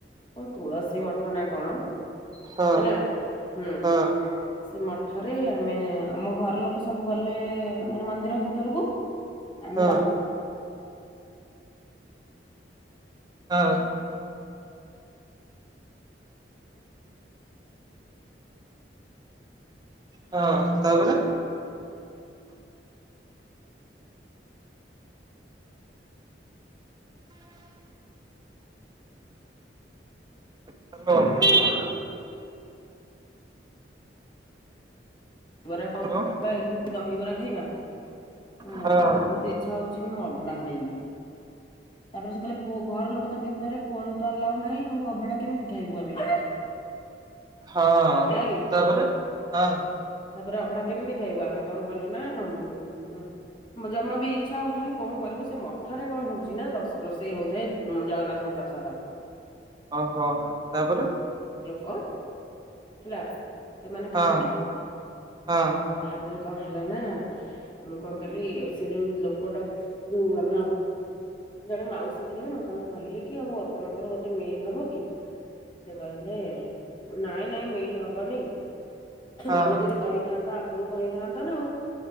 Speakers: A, on the left; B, on the right.
A: କଣ ତୁଳସୀ ମଠ ନା କଣ?
B: ହଁ।
A: ହେଲା ହୁଁ।
B: ହଁ
A: ସେ ମଠରେ ଆମେ ଆମ ଘର ଲୋକ ସବୁ ଗଲେ ମାନେ ମନ୍ଦିର ଭିତରକୁ ଆମେ
B: ହଁ। ହଁ। ହଁ ତାପରେ? ହା।
A: ବରା
B: ହାଲୋ
A: କଣ ଏଠି ଦହିବରା ଖାଇବା? ମୋର
B: ହଁ।
A: ବହୁତ ଇଚ୍ଛା ହଉଛି ମୁଁ ଅଭଡ଼ା ଖାଇବି।
B: <inaudible>
A: ତାପରେ ସେତେବେଳେ ପୁଅ ଘର ଲୋକ ତ ଭିତରେ ଫୋନ ତ ଆଲାଉ ନାହିଁ ଆଉ ଅଭଡ଼ା କେମିତି ଖାଇବୁ ଆମେ।
B: ହଁ
A: ହେଲା କି
B: ତାପରେ ହଁ।
A: ତାପରେ ଅଭଡ଼ା କେମିତି ଖାଇବୁ ଆମେ କଣ କଲୁ ନା ଉମ୍ ଜମା ବି ଇଚ୍ଛା ହଉଥାଏ କଣ କରିବୁ ସେ ମଠରେ କଣ ହଉଛି ନା ରଷ୍ ରୋଷେଇ ହଉଥାଏ ଉଁ ଜଗନ୍ନା ଥଙ୍କ ପ୍ରସାଦ।
B: ଅହ ତାପରେ
A: ଚି ଲୋକ ହେଲା ସେମାନେ
B: ହଁ
A: ଖାଆନ୍ତି।
B: ହଁ
A: ତାପରେ କଣ ହେଲା ନା ମୁଁ କଣ କଲି ସେ ଯୋଉ ଲୋକଟା ଯୋଉ ଆମର ଜଣେ ମାଉସୀ ଥିଲେ ମୁଁ ତାଙ୍କୁ କହିଲି କି ଆଉ ଆପଣଙ୍କର ଗୋଟେ ମିଲ୍ ହବ କି? ସେ କହିଲେ ନାଇଁ ନାଇଁ ମିଲ୍ ହବନି
B: ହଁ
A: ତମେ
B: ହଁ
A: ଯଦି କହିଥାନ୍ତ ଆଗରୁ କହିଥାନ୍ତ ନା ଆଉ।